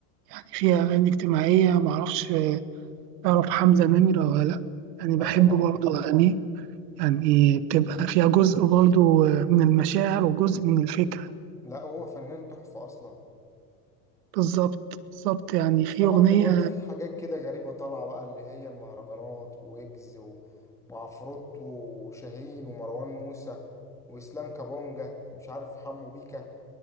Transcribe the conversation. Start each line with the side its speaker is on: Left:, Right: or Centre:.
Right: يعني فيها أغاني اجتماعية معرفش تعرف حمزة نمرة ولا لأ يعني
Centre: اه
Right: بحب
Centre: طبعا
Right: برضو أغانيه يعني بتبقى فيها جزء برضو من المشاعر وجزء من الفكرة
Centre: لا هو فنان تحفة اصلا
Right: بالظبط بالظبط يعني
Centre: بس
Right: في
Centre: طبعا
Right: أغنية
Centre: دلوقتي في حاجات كده غريبة طالعة بقى اللي هي المهرجانات وويجز و- وعفروتو وشاهين ومروان موسى واسلام كابونجا ومش عارف حمو بيكا